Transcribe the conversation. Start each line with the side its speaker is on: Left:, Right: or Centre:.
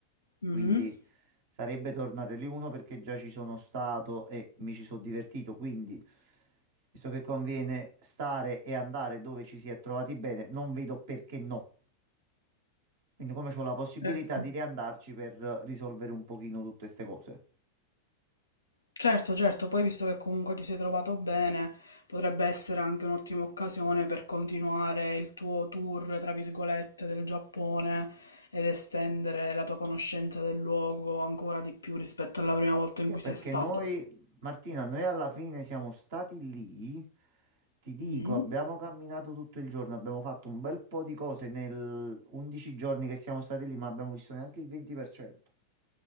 Left: Mhm.
Right: Quindi sarebbe tornare lì uno perché già ci sono stato e mi ci sono divertito, quindi visto che conviene stare e andare dove ci si è trovati bene, non vedo perché no. Quindi come c'ho la possibilità
Left: Ecco.
Right: di riandarci per risolvere un pochino tutte queste cose.
Left: Certo, certo, poi visto che comunque ti sei trovato bene, potrebbe essere anche un'ottima occasione per continuare il tuo tour, tra virgolette, del Giappone ed estendere la tua conoscenza del luogo ancora di più rispetto alla prima volta in
Right: Sì,
Left: cui
Right: perché
Left: sei stato.
Right: noi, Martina, noi alla fine siamo stati lì, ti dico,
Left: Mm.
Right: abbiamo camminato tutto il giorno, abbiamo fatto un bel po' di cose nel 11 giorni che siamo stati lì, ma abbiamo visto neanche il 20%,